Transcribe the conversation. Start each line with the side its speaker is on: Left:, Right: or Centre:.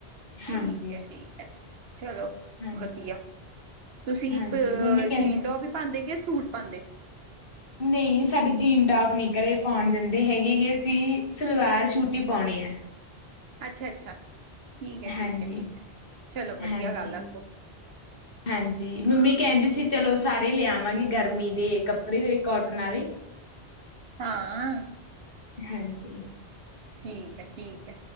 Right: ਠੀਕ
Left: ਹਾਂਜੀ
Right: ਐ ਠੀਕ ਐ, ਚਲੋ।
Left: ਹਾਂਜੀ
Right: ਵਧੀਆ ਤੁਸੀਂ
Left: ਹਾਂਜੀ
Right: ਅ
Left: ਮੰਮੀ ਕਹਿੰਦੀ
Right: ਜੀਨ-ਟੋਪ ਈ ਪਾਂਦੇ, ਕਿ ਸੂਟ ਪਾਂਦੇ।
Left: ਨਈ ਸਾਡੇ ਜੀਨ-ਟੋਪ ਨੀ ਘਰੇ ਪਾਂਉਣ ਦਿੰਦੇ ਹੈਗੇ ਗੇ, ਅਸੀਂ ਸਲਵਾਰ ਸੂ਼ਟ ਈ ਪਾਉਣੇ ਆਂ
Right: ਅੱਛਾ-ਅੱਛਾ, ਠੀਕ ਐ
Left: ਹਾਂਜੀ,
Right: ਠੀਕ ਐ ਠੀਕ ਐ, ਚਲੋ ਵਧੀਆ
Left: ਹਾਂਜੀ।
Right: ਗੱਲ ਆ ਸਗੋ।
Left: ਹਾਂਜੀ ਮੰਮੀ ਕੈਹੰਦੀ ਸੀ। ਚਲੋ ਸਾਰੇ ਲਿਆਵਾਂਗੇ ਗਰਮੀ ਦੇ ਕੱਪੜੇ ਕੋਟਨ ਆਲੇ।
Right: ਹਾਂ।
Left: ਹਾਂਜੀ।
Right: ਠੀਕ ਐ ਠੀਕ ਐ,